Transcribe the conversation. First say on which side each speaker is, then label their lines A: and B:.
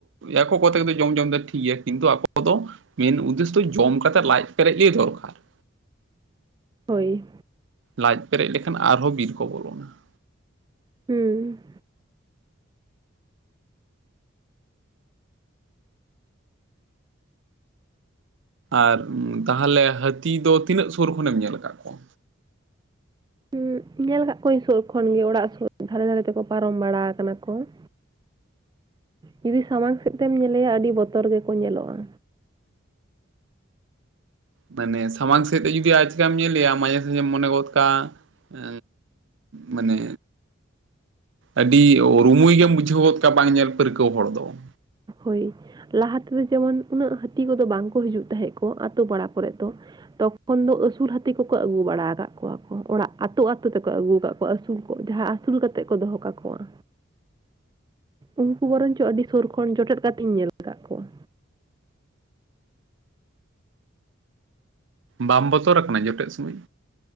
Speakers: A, on the right; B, on the right.
A: ᱮ ᱠᱚᱛᱮ ᱡᱚᱢ ᱡᱚᱢ ᱫᱚ ᱴᱷᱤᱠ ᱜᱮᱭᱟ ᱠᱤᱱᱛᱩ ᱟᱠᱚ ᱫᱚ ᱢᱮᱱ ᱩᱫᱽᱫᱮᱥᱥ ᱫᱚ ᱡᱚᱢ ᱠᱟᱛᱮᱫ ᱞᱟᱡ ᱯᱮᱨᱮᱡ ᱜᱮ ᱫᱚᱨᱠᱟᱨ ᱾
B: ᱦᱳᱭ ᱾
A: ᱞᱟᱡ ᱯᱮᱨᱮᱡ ᱞᱮᱠᱷᱟᱱ ᱟᱨᱦᱚᱸ ᱵᱤᱨ ᱠᱚ ᱵᱚᱞᱚᱱᱟ ᱾
B: ᱦᱩᱸ᱾
A: ᱟᱨ ᱛᱟᱦᱚᱞᱮ ᱦᱟᱹᱛᱤ ᱫᱚ ᱛᱤᱱᱟᱹᱜ ᱥᱩᱨ ᱠᱷᱚᱱᱮᱢ ᱧᱮᱞ ᱟᱠᱟᱫ ᱠᱚᱣᱟ?
B: ᱦᱩᱸ ᱧᱮᱞ ᱠᱟᱫ ᱠᱚᱣᱟᱹᱧ ᱥᱩᱨ ᱠᱷᱚᱱ ᱜᱮ ᱚᱲᱟᱜ ᱥᱩᱨ ᱫᱷᱟᱨᱮ ᱫᱷᱟᱨᱮ ᱛᱮᱠᱚ ᱯᱟᱨᱚᱢ ᱵᱟᱲᱟ ᱠᱟᱱᱟ ᱠᱚ ᱾ ᱡᱩᱫᱤ ᱥᱟᱢᱟᱝ ᱥᱮᱫ ᱛᱮᱢ ᱧᱮᱞᱮᱭᱟ ᱟᱹᱰᱤ ᱵᱚᱛᱚᱨ ᱜᱮᱠᱚ ᱧᱮᱞᱚᱜ-ᱟ᱾
A: ᱢᱟᱱᱮ ᱥᱟᱢᱟᱝ ᱥᱮᱫ ᱛᱮ ᱡᱩᱫᱤ ᱟᱪᱠᱟᱢ ᱧᱮᱞᱮᱭᱟ ᱢᱟᱡᱷᱮ ᱥᱟᱡᱷᱮᱢ ᱢᱚᱱᱮ ᱜᱚᱫ ᱠᱟᱜᱼᱟ ᱮᱻ ᱢᱟᱱᱮ ᱟᱹᱰᱤ ᱨᱩᱢᱩᱭ ᱜᱮᱢ ᱵᱩᱡᱷᱟᱹᱣ ᱜᱚᱫ ᱠᱚᱣᱟ ᱵᱟᱝ ᱧᱮᱞ ᱯᱟᱹᱨᱠᱟᱹᱣ ᱦᱚᱲ ᱫᱚ ᱾
B: ᱦᱳᱭ ᱾ ᱞᱟᱦᱟ ᱛᱮᱫᱚ ᱡᱮᱢᱚᱱ ᱩᱱᱟᱹᱜ ᱦᱟᱹᱛᱤ ᱠᱚᱫᱚ ᱵᱟᱝᱠᱚ ᱦᱤᱡᱩᱜ ᱛᱟᱦᱮᱸᱫ ᱠᱚ ᱟᱹᱛᱳ ᱯᱟᱲᱟ ᱠᱚᱨᱮᱜ ᱫᱚ ᱾ ᱛᱚᱠᱷᱚᱱ ᱫᱚ ᱟᱹᱥᱩᱞ ᱦᱟᱹᱛᱤ ᱠᱚᱠᱚ ᱟᱹᱜᱩ ᱵᱟᱲᱟ ᱟᱠᱟᱫ ᱠᱚᱣᱟ ᱠᱚ ᱚᱲᱟᱜ ᱟᱹᱛᱩ ᱟᱹᱛᱩ ᱛᱮᱠᱚ ᱟᱹᱜᱩ ᱟᱠᱟᱫ ᱠᱚᱣᱟ ᱟᱹᱥᱩᱞ ᱠᱚ ᱡᱟᱦᱟᱸ ᱟᱹᱥᱩᱞ ᱠᱟᱛᱮ ᱠᱚ ᱫᱚᱦᱚ ᱠᱟᱠᱚᱣᱟ ᱩᱱᱠᱩ ᱵᱚᱨᱚᱝ ᱪᱚ ᱟᱹᱰᱤ ᱥᱳᱨ ᱠᱷᱚᱱ ᱡᱚᱴᱮᱫ ᱠᱟᱛᱮᱧ ᱧᱮᱞ ᱟᱠᱟᱫ ᱠᱚᱣᱟ
A: ᱵᱟᱢ ᱵᱚᱛᱚᱨ ᱟᱠᱟᱱᱟ ᱡᱚᱴᱮᱫ ᱥᱚᱢᱚᱭ?